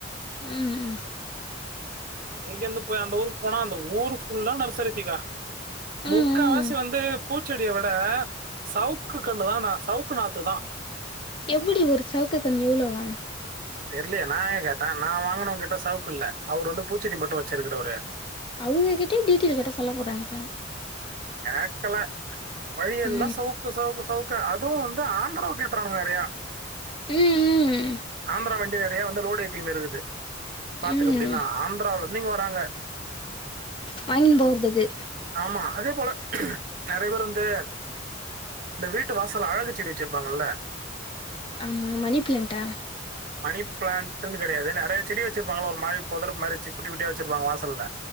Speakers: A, on the left; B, on the right.
A: ம் ம்
B: எங்கந்து போய் அந்த ஊரு போனா அந்த ஊர் ஃபுல்லா நர்சரித்திகா முக்காவாசி
A: ம் ம்
B: வந்து பூ ச்செடிய விட சவுக்கு கன்னு தா னா சவுக்கு நாத்துதா
A: எப்டி ஒரு சவுக்கு கன்னு இவ்வலோவா
B: தெர்லயே நா ஏ கேட்டே நா வாங்குனவுங்க கிட்ட சவுக்கு இல்ல அவரு வந்து பூச்சி மட்டு வச்சிருக்குறவரு
A: அவுங்க கிட்டேயே டிட்டேயில் கேட்டா சொல்ல போறாங்க
B: கேக்கல வழி எல்லா
A: ம்
B: சவுக்கு சவுக்கு சவு கா அதுவு வந்து ஆந்திராவுக்கு ஏத்துறாங்க வேறயா
A: ம் ம்
B: ஆந்திரா வண்டி நெறயா வந்து லோடு ஏத்தினு இருக்குது பாத்துக்க
A: ம்
B: அப்டின்னா ஆந்திராவுல இருந்து இங்க வராங்க
A: வாங்கின்னு போறதுக்கு
B: ஆமா அதே போல நெறய பேர் வந்து இந்த வீட்டு வாசல்ல அழகு செடி வச்சிருப்பாங்கல்ல
A: ஆமா மணிப்பிளான்டா
B: மணி பிளான்ட்ன்னு கெடயாது நெறய செடி வச்சிருப்பாங்கள ஒரு மாரி பொதர் மாரி சு குட்டி குட்டியா வச்சிருப்பாங்க வாசல்ல